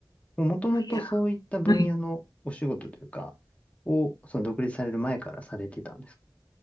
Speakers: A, on the left; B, on the left.
A: もともとそういった分野のお仕事というか、
B: いや、はい。
A: を、その独立される前からされてたんですか